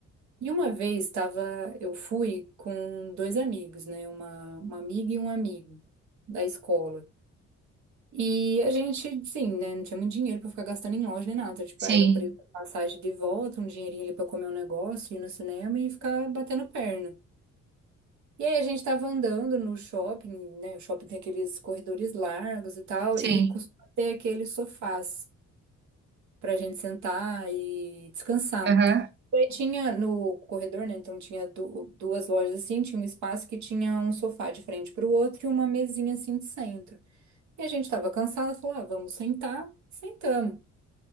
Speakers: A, on the right; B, on the right.
A: E uma vez tava, eu fui com dois amigos, né? Uma, uma amiga e um amigo da escola. E a gente, sim, né? Não tinha muito dinheiro pra ficar gastando em loja nem nada. Tipo,
B: sim,
A: era o preço da passagem de volta, um dinheirinho ali pra comer um negócio, ir no cinema e ficar batendo perna. E aí a gente tava andando no shopping, né? O shopping tem aqueles corredores largos e tal,
B: sim.
A: e costuma ter aqueles sofás pra gente sentar e descansar.
B: Aham.
A: E Aí tinha no corredor, né? Então tinha du- duas lojas assim, tinha um espaço que tinha um sofá de frente pro outro e uma mesinha assim de centro. E a gente estava cansado, falou, ah, vamos sentar, sentamos.